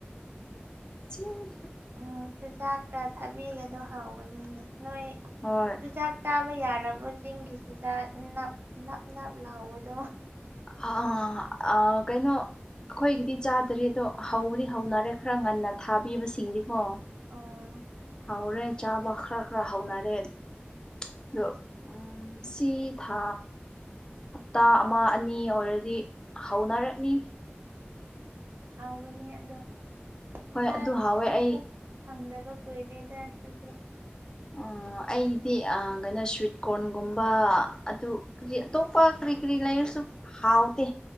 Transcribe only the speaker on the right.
ꯎ ꯆꯨꯖꯥꯛꯇ ꯊꯥꯕꯤꯒꯗꯣ ꯍꯥꯎꯕꯅꯤꯅꯦ ꯅꯣꯏ
ꯆꯨꯖꯥꯛ ꯆꯥꯕ ꯌꯥꯔꯕꯣ ꯆꯤꯡꯒꯤ ꯆꯨꯖꯥꯛ ꯅꯞ ꯅꯞ ꯅꯞ ꯂꯥꯎꯕꯗꯣ
ꯑꯥ
ꯍꯥꯎꯕꯅꯤ ꯑꯗꯣ
ꯆꯥꯠ
ꯆꯥꯕ
ꯐꯪꯗꯕ ꯀꯨꯏꯔꯦꯗ ꯑꯈꯣꯏꯗꯤ